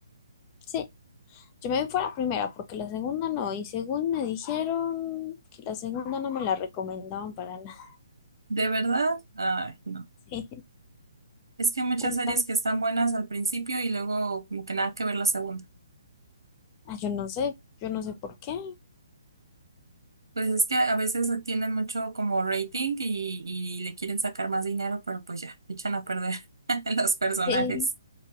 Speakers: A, on the left (about 30°); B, on the right (about 80°).
A: Sí, Yo me fui a la primera porque la segunda no, y según me dijeron que la segunda no me la recomendaban para nada. <laughs>
B: ¿De verdad? Ay, no.
A: Sí.
B: Es que hay muchas
A: Entonces,
B: series que están buenas al principio y luego como que nada que ver la segunda.
A: ah, yo no sé, yo no sé por qué.
B: Pues es que a veces tienen mucho como rating y, y le quieren sacar más dinero, pero pues ya, echan a perder <laughs> los personajes.
A: Sí,